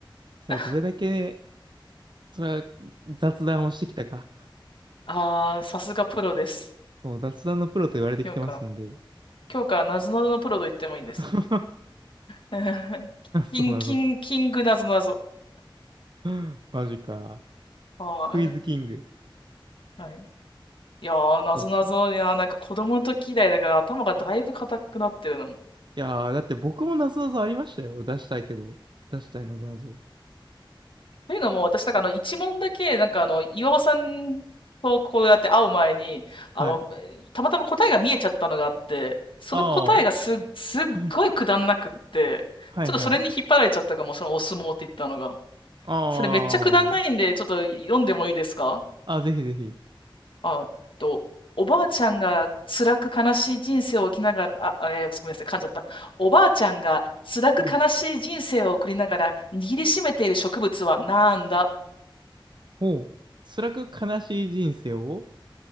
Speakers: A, on the right (about 60°); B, on the left (about 70°).
A: それはどれだけね、
B: <laughs>
A: それは雑談をしてきたか。
B: ああ、さすがプロです。
A: そう、雑談のプロと言われてきてますので。
B: 今日から、今日からなぞなぞのプロと言ってもいいです。
A: <laughs>
B: <laughs> キン、
A: そうなの。
B: キン、キングなぞなぞ。
A: <laughs> マジか。
B: あ
A: クイズキング。
B: あ、はい。いやー、なぞなぞ、
A: そっか。
B: いやー、なんか子供の時以来だから頭がだいぶ硬くなってるの。
A: いやー、だって僕もなぞなぞありましたよ。出したいけど。出したいなぞなぞ。
B: というのも、私、なんかあの、一問だけ、なんかあの、岩尾さんとこうやって会う前に、
A: はい。
B: あの、たまたま答えが見えちゃったのがあって、その答えがす、
A: あ
B: すっごいくだんなくって、
A: あ。<clears throat> はいはい。
B: ちょっとそれに引っ張られちゃったかも、そのお相撲って言ったのが。
A: あ
B: それめっちゃくだんないんで、ちょっと読んでもいいですか
A: あ。あ、ぜひぜひ。
B: あ、えっと、おばあちゃんが辛く悲しい人生を生きながら、あ、えーごめんなさい、噛んじゃった。おばあちゃんが辛く悲しい人生を送りながら握りしめている植物はなんだ
A: はい。ほう。辛く悲しい人生を